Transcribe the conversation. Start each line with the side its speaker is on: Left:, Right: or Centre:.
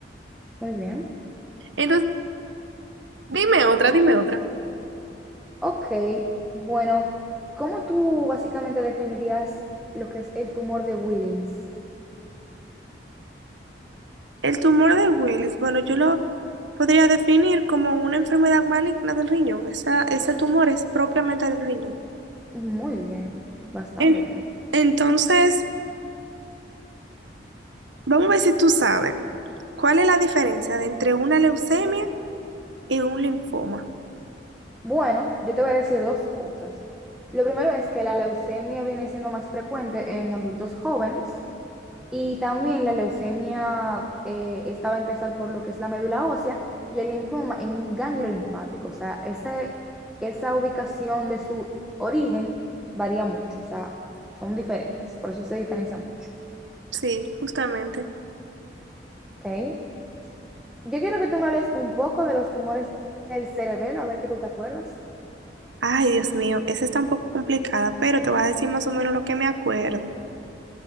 Centre: muy bien.
Right: Entonces, dime otra, dime otra.
Centre: Ok, bueno, ¿cómo tú básicamente definirías lo que es el tumor de Wilms?
Right: El tumor de Willis, bueno, yo lo podría definir como una enfermedad maligna del riñón. Esa, ese tumor es propiamente del riñón.
Centre: Muy bien, bastante
Right: En-
Centre: bien.
Right: entonces, vamos a ver si tú sabes cuál es la diferencia de entre una leucemia y un linfoma.
Centre: Bueno, yo te voy a decir dos cosas. Lo primero es que la leucemia viene siendo más frecuente en adultos jóvenes y también la leucemia eh, esta va a empezar por lo que es la médula ósea y el linfoma en un ganglio linfático. O sea, ese- esa ubicación de su origen varía mucho, o sea, son diferentes, por eso se diferencia mucho.
Right: Sí, justamente.
Centre: ¿ok? Yo quiero que tú me hables un poco de los tumores del cerebelo, a ver que tú te acuerdas.
Right: Ay, Dios mío, esa está un poco complicada, pero te voy a decir más o menos lo que me acuerdo.